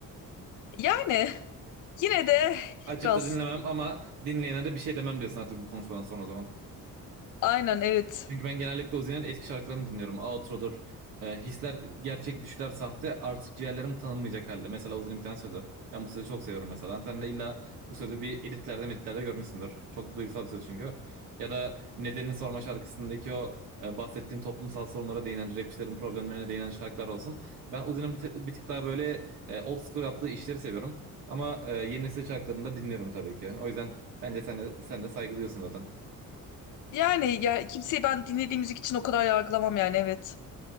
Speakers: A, on the left; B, on the right.
A: Yani <laughs> yine de
B: Açıp
A: biraz
B: da dinlemem ama dinleyenlere bir şey demem diyorsun artık bu konuşmadan sonra o zaman.
A: aynen evet.
B: Çünkü ben genellikle Ozi'nin eski şarkılarını dinliyorum. Outro'dur. e, hisler gerçek, düşler sahte. Artık ciğerlerim tanınmayacak halde. Mesela Ozi'nin bir tane sözü. Ben bu sözü çok seviyorum mesela. Sen de illa bu sözü bir editlerde meditlerde görmüşsündür. Çok duygusal bir söz çünkü. Ya da Nedenini Sorma şarkısındaki o e, bahsettiğim toplumsal sorunlara değinen, rapçilerin problemlerine değinen şarkılar olsun. Ben Ozi'nin bir, tık- bir tık daha böyle e, old school yaptığı işleri seviyorum. Ama e, yeni nesil şarkılarını da dinliyorum tabii ki. O yüzden bence sen de, sen de saygılıyorsun zaten.
A: Yani ya kimseyi ben dinlediğim müzik için o kadar yargılamam yani evet.